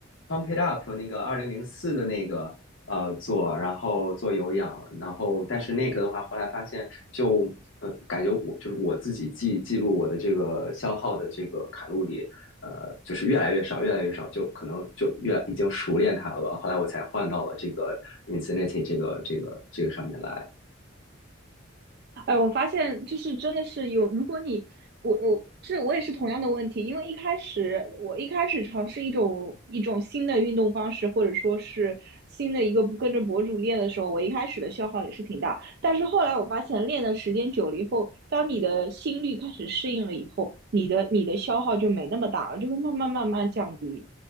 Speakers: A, on the left; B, on the right.
A: 《Pump It Up》那个二零零四的那个呃做，然后做有氧，然后但是那个的话，后来发现就呃感觉我就是我自己记记录我的这个消耗的这个卡路里，呃就是越来越少，越来越少，就可能就越已经熟练它了吧。后来我才换到了这个 Insanity 这个这个这个上面来。
B: 哎，我发现就是真的是有，如果你我我是我也是同样的问题，因为一开始我一开始尝试一种一种新的运动方式，或者说是新的一个跟着博主练的时候，我一开始的消耗也是挺大，但是后来我发现练的时间久了以后，当你的心率开始适应了以后，你的你的消耗就没那么大了，就会慢慢慢慢降低。